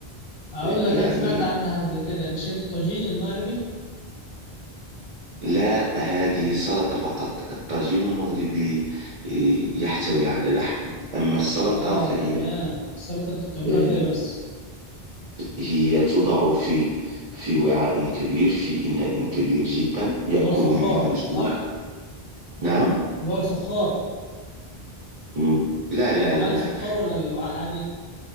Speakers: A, on the left (about 65°); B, on the right (about 45°).
A: اقول لك
B: يعني
A: انا سمعت عنها قبل كده مش هي دي الطاجين المغربي
B: لا هذه سلطة فقط الطاجين المغربي آه، يحتوي على لحم أما السلطة
A: اه
B: فهي
A: تمام السلطه انتوا بتعملوها
B: آه،
A: كده بس
B: هي توضع في في وعاء كبير في إناء كبير جدا يأكل
A: اللي هو الفخار
B: منه الجميع
A: صح
B: نعم
A: اللي هو الفخار
B: م- لا لا
A: وعاء
B: لا لا
A: الفخار ولا الوعاء عادي